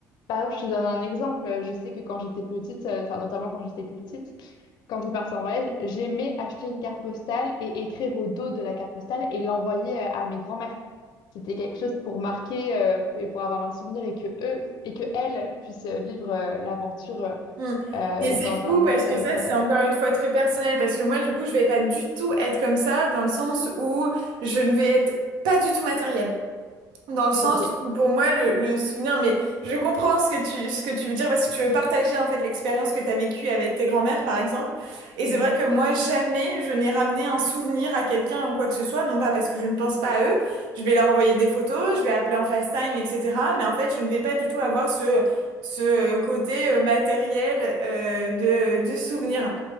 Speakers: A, on the left (about 65°); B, on the right (about 80°).
A: Par exemple, je te donne un exemple. euh, Je sais que quand j'étais petite, euh, enfin notamment quand j'étais plus petite, quand je partais en voyage, j'aimais acheter une carte postale et écrire au dos de la carte postale et l'envoyer euh, à mes grands-mères. C'était quelque chose pour marquer euh, et pour avoir un souvenir et que eux et que elles puissent euh, vivre euh, l'aventure. euh,
B: hum.
A: euh,
B: Mais c'est
A: dans
B: fou
A: un autre
B: parce que
A: euh,
B: ça,
A: contexte.
B: c'est encore une fois très personnel. Parce que moi, du coup, je vais pas du tout être comme ça, dans le sens où je ne vais être pas du tout matériel. Dans le sens
A: Ok,
B: où pour moi le, le souvenir, mais je comprends ce que tu, ce que tu veux dire parce que tu veux partager en fait l'expérience que tu as vécue avec tes grands-mères par exemple. Et
A: Mhm,
B: c'est vrai que moi jamais je n'ai ramené un souvenir à quelqu'un ou quoi que ce soit, non pas parce que je ne pense pas à eux, je vais leur envoyer des photos, je vais appeler en FaceTime, etc. Mais en fait je ne vais pas du tout avoir ce, ce euh, côté euh, matériel euh, de, du souvenir.